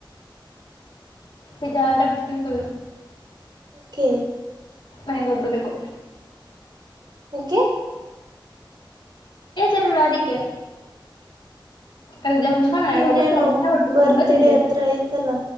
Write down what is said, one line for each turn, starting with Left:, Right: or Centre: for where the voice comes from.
Left: ಬಜಾರ ಪಿಂಪಲ್
Right: ಕೆ
Left: ಮನೆಗೆ ಒಬ್ಬರ್ಬೇಕು
Right: ಓಕೆ
Left: ಇರಲ್ಲ ಅದಕ್ಕೆ ಎಕ್ಸಾಮ್ ಮುಗಿಸ್ಕೊಂಡು ಮನೆಗೆ
Right: ಇನ್ನೇನು
Left: ಹೋಗ್ಬಿಟ್ಟು ಚೆನ್ನಾಗಿ ಹೊಟ್ಟೆ
Right: ಬರ್ತ್
Left: ತುಂಬಾ ತಿನ್ಬೇಕು
Right: ಡೇ ಹತ್ರ ಅಯ್ತಲ್ಲ